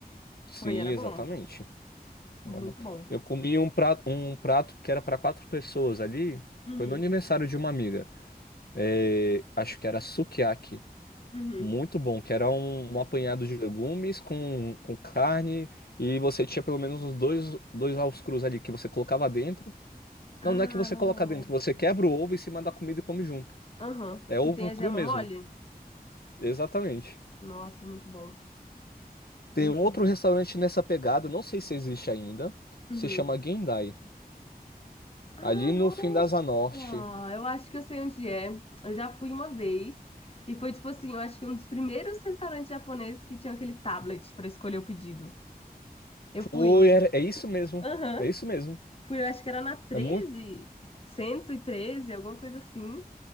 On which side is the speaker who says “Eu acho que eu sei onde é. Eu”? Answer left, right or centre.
Left